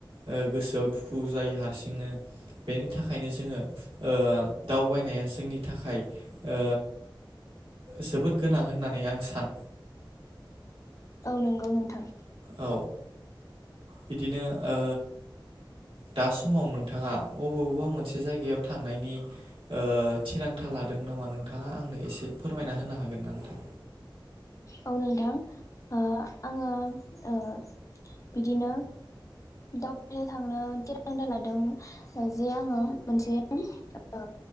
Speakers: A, on the right (about 80°); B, on the left (about 40°).
A: ओ गोसोआव दुखु जायो हारसिंनो। बेनि थाखायनो जोङो ओ दावबायनाया जोंनि थाखाय ओ जोबोद गोनां होनना नै आं सान
B: औ नंगौ नोंथां।
A: औ, बिदिनो ओ दा समाव नोंथाङा अबावबा मोनसे जायगायाव थांनायनि ओ थिरांथा लादों नामा नोंथाङा आंनो एसे फोरमायना होनो हागोन ना नोंथां?
B: औ नोंथां ओ आङो ओ बिदिनो दावबायनो थांनो थिरांथा लादों जे आङो मोनसे ओ